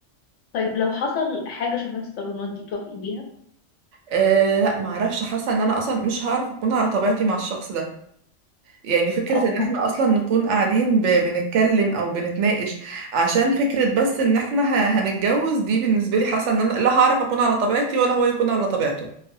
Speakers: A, on the left; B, on the right.
A: طيب لو حصل حاجة شبه الصالونات دي توافقي بيها؟
B: أه لا معرفش حاسة إن أنا أصلا مش هعرف أكون على طبيعتي مع الشخص ده يعني فكرة
A: اه
B: ان احنا اصلا نكون قاعدين ب... بنتكلم او بنتناقش عشان فكرة بس ان احنا ه... هنتجوز دي بالنسبة لي حاسة ان انا لا هعرف اكون على طبيعتي ولا هو يكون على طبيعته